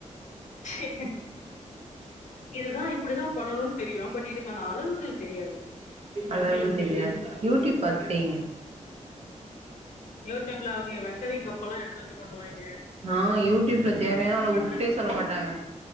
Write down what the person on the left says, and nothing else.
சேர் இததா இப்பிடிதா பண்ணனுன் தெரியு பட் இதுக்கான அளவுகள் தெரியாது
யூடியூப்ல அவிங்க மெஷரிங் கப்பெல்லா எடுத்து வச்சு பண்ணுவாய்ங்க
பண்ற